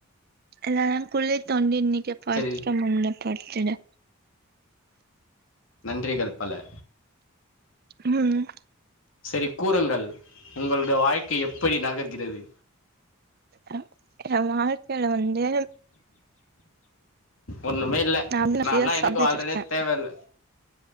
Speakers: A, on the right; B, on the left.
A: எல்லாரம் குழிய தொண்டி இன்னைக்க பஸ்ட
B: சரி
A: முன்ன படுத்துட
B: நன்றிகள் பல
A: ம் ம்
B: சரி கூறுங்கள் உங்களுடைய வாழ்க்கை எப்படி நகர்கிறது
A: அ எ வாழ்க்கையில வந்து
B: ஒன்னுமே இல்லை
A: நா வந்து நெறைய
B: நால்லா எதுக்கு
A: சாதிச்சிருக்கே
B: வாழ்றனே தேவையில்ல